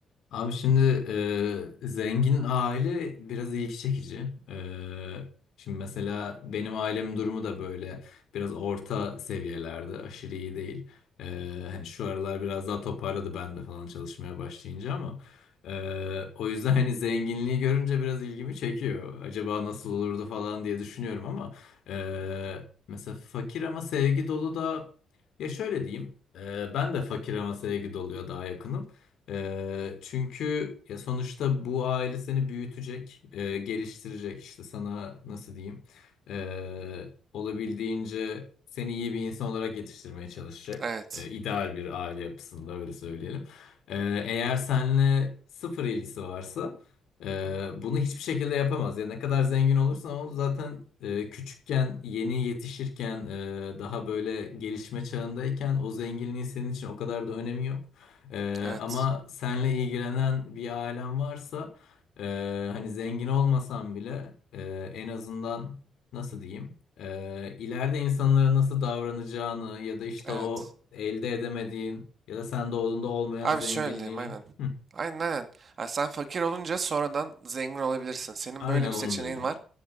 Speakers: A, on the left (about 80°); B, on the right (about 40°).
A: Abi şimdi e, zengin aile biraz ilgi çekici. E, şimdi mesela benim ailemin durumu da böyle biraz orta seviyelerde, aşırı iyi değil. E, hani şu aralar biraz daha toparladı ben de falan çalışmaya başlayınca ama e, o yüzden hani zenginliği görünce biraz ilgimi çekiyor. Acaba nasıl olurdu falan diye düşünüyorum ama e, mesela fakir ama sevgi dolu da ya şöyle diyeyim. e, ben de fakir ama sevgi doluya daha yakınım. Ee, çünkü ya sonuçta bu aile seni büyütecek, e, geliştirecek işte sana nasıl diyeyim, Ee, olabildiğince seni iyi bir insan olarak yetiştirmeye çalışacak.
B: Evet.
A: Ee, ideal bir aile yapısında öyle söyleyelim. Ee, eğer seninle sıfır ilgisi varsa e, bunu hiçbir şekilde yapamaz. Ya ne kadar zengin olursan ol zaten e, küçükken, yeni yetişirken, e, daha böyle gelişme çağındayken o zenginliğin senin için o kadar da önemi yok. Ee,
B: Evet.
A: ama senle ilgilenen bir ailen varsa e, hani zengin olmasan bile e, en azından nasıl diyeyim e, ileride insanlara nasıl davranacağını ya da işte
B: Evet.
A: o elde edemediğin ya da sen doğduğunda olmayan
B: Abi
A: zenginliği
B: şöyle diyeyim aynen.
A: Hı,
B: Aynen aynen. Ha, sen fakir olunca sonradan zengin olabilirsin. Senin
A: aynen
B: böyle bir
A: onu
B: seçeneğin
A: diyordum.
B: var.